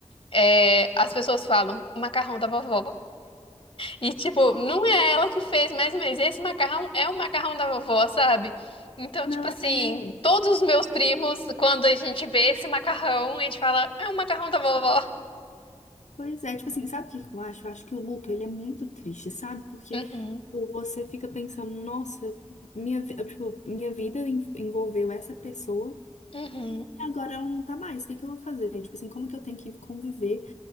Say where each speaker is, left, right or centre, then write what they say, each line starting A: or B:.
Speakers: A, on the left; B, on the left.
A: é, as pessoas falam, o macarrão da vovó. E, tipo, não é ela que fez mas mas Esse macarrão é o macarrão da vovó, sabe? Então,
B: Não,
A: tipo assim,
B: é.
A: todos os meus primos, quando a gente vê esse macarrão, a gente fala, é o macarrão da vovó.
B: Pois é, tipo assim, sabe o que que eu acho? Eu acho que o luto, ele é muito triste, sabe? Porque
A: Uhum,
B: tipo, você fica pensando, nossa, minha, vi- tipo, minha vida en- envolveu essa pessoa
A: uhum,
B: e agora ela não tá mais, o que que eu vou fazer? Tipo assim, como que eu tenho que conviver